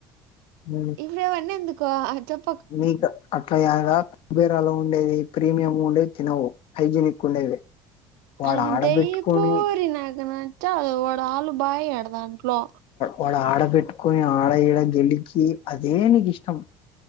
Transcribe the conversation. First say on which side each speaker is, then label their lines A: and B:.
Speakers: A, on the left (about 60°); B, on the right (about 80°).
A: హ
B: ఇపుడావన్నెందుకు అ చెప్
A: నికా అట్లా గా కుబేరాలో ఉండేది ప్రీమియంగ ఉండేది తినవు హైజనిక్ ఉండేది వాడు
B: అది
A: ఆడబెట్టుకొని
B: దయ పూరి నాకు నాచదు వాడు ఆలు బయడుదంట్లో
A: వాడు ఆడ పెట్టుకుని ఆడ ఈడ గెలికి అదే నీకు ఇష్టం